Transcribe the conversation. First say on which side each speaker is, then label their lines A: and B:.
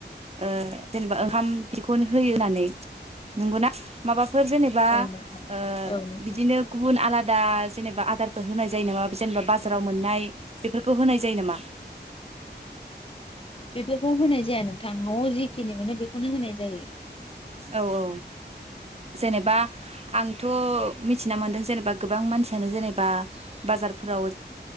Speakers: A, on the right (about 35°); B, on the left (about 30°).
A: ओ जेनेबा ओंखाम बिखौनो होयो होननानै नंगौना माबा फोर जेनेबा
B: औ नोंथां
A: ओ
B: औ नोंथां
A: बिदिनो गुबुन आलादा दा जेनेबा आदारफोर होनाय जायो नामा जेनेबा बाजाराव मोननाय बेफोरखौ होनाय जायो नामा
B: बेफोरखौ होनाय जाया नों नोंथां नआव जिखिनिमोनो बेखौनो होनाय जायो
A: औ औ जेनेबा आंथ मिथिना मोनदों जेनेबा गोबां मानसियानो जेनेबा बाजारफोराव